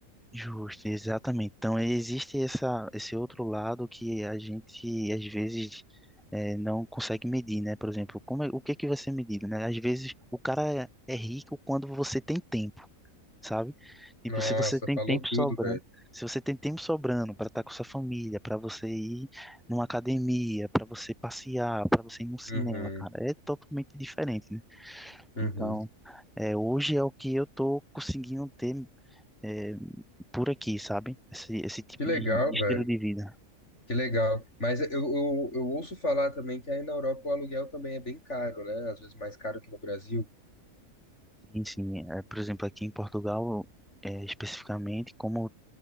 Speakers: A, in the centre; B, on the left.
A: Justo, exatamente. Então, existe essa, esse outro lado que a gente, às vezes, eh, não consegue medir, né? Por exemplo, como é- o que é que vai ser medido, né? Às vezes, o cara é, é rico quando você tem tempo. sabe? Tipo,
B: Nossa,
A: se você tem
B: falou
A: tempo
B: tudo,
A: sobrando,
B: velho.
A: se você tem tempo sobrando para estar com sua família, para você ir numa academia, para você passear, para você ir no cinema,
B: Uhum,
A: cara, é totalmente diferente, né?
B: uhum.
A: Então, é, hoje é o que eu tô conseguindo ter é, por aqui, sabe? Esse, esse tipo
B: Que legal,
A: de, de
B: velho.
A: estilo de vida.
B: Que legal. Mas eu, eu, eu ouço falar também que aí na Europa o aluguel também é bem caro, né? Às vezes mais caro que no Brasil.
A: Sim, sim. É, por exemplo, aqui em Portugal, é, especificamente, como